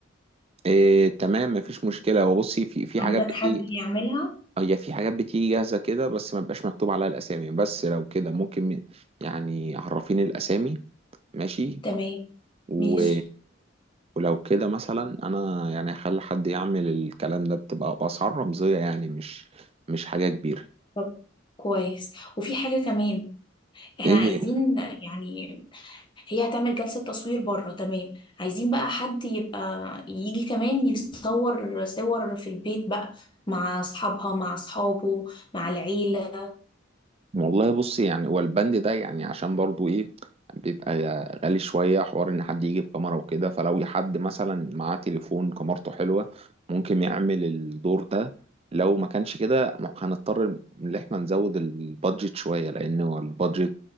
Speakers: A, on the right; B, on the left.
A: إيه تمام مفيش مشكلة هو بصي في في
B: عندك
A: حاجات بتيجي
B: حد يعملها
A: هي في حاجات بتيجي جاهزة كده بس ما بيبقاش مكتوب عليها الأسامي بس لو كده ممكن يعني عرفيني الأسامي ماشي
B: تمام
A: و...
B: ماشي
A: ولو كده مثلا أنا يعني هخلي حد يعمل الكلام ده بتبقى بأسعار رمزية يعني مش مش حاجة كبيرة
B: طب كويس وفي حاجة كمان احنا
A: ايه
B: عايزين يعني هي هتعمل جلسة تصوير بره تمام عايزين بقى حد يبقى يجي كمان يصور صور في البيت بقى مع اصحابها مع اصحابه مع العيلة
A: والله بصي يعني والبند ده يعني عشان برضو ايه بيبقى غالي شوية حوار ان حد يجيب كاميرا وكده فلو حد مثلا معاه تليفون كاميرته حلوة ممكن يعمل الدور ده لو ما كانش كده هنضطر ان احنا نزود البادجت شوية لان هو البادجت